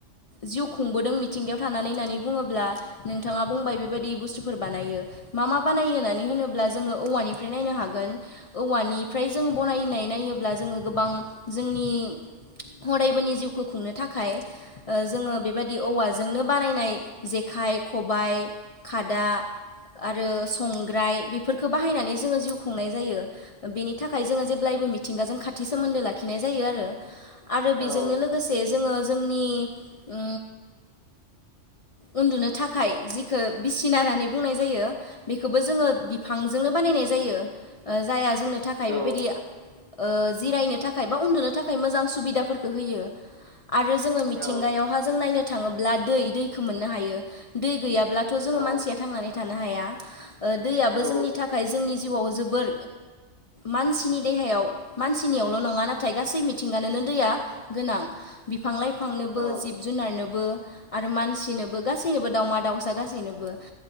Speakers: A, on the left (about 60°); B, on the right (about 60°).
A: जिउ खुंबोदों मिथिंगायाव थानानै होननानै बुङोब्ला नोंथाङा बुंबाय बेबायदि बुस्थुफोर बानायो मा मा बानायो होननानै होनोब्ला जोङो औवानिफ्राय नायनो हागोन औवानिफ्राय जों बनायनाय नाय नायोब्ला जोङो गोबां जोंनि अरायबोनि जिउखौ खुंनो थाखाय ओ जोङो बेबायाददि औवाजोंनो बानायनाय जेखाइ खबाय खादा आरो संग्राय बेफोरखौ बाहायनानै जोङो जिउ खुंनाय जायो बेनि थाखाय जोङो जेब्लायबो मिथिंगाजों खा सोमोन्दो लाखिनाय जायो आरो आरो बेजोंनो
B: औ
A: लोगोसे जोङो जोंनि ओ उन्दुनो थाखाय जिखौ बिसिना होननानै बुंनाय जायो बेखौबो जोङो बिफांजोंनो बानायनाय जायो जायो जाया जोंनि थाखाय
B: औ
A: बेबायदि ओ जिरायनो थाखाय बा उन्दुनो थाखाय मोजां सुबिदाफोरखौ होयो आरो जोङो मिथिंगायावहा
B: औ
A: जों नायनो थाङोब्ला दै दैखौ मोननो हायो दै गैयाब्ला ब्लाथ' जोङो
B: औ
A: मानसिया थांनानै थानो हाया ओ दैआबो
B: औ
A: जोंनि थाखाय जोंनि जिवाव जोबोर मानसिनि देहायाव मानसिनियावल' नङा नाथाय गासै मिथिंगानोनो दैया गोनां बिफां लाइफां थांनोबो
B: औ
A: जिब जुनारनोबो बो आरो मानसिनोबो गासोयनोबो दावमा दावसा गासोयनोबो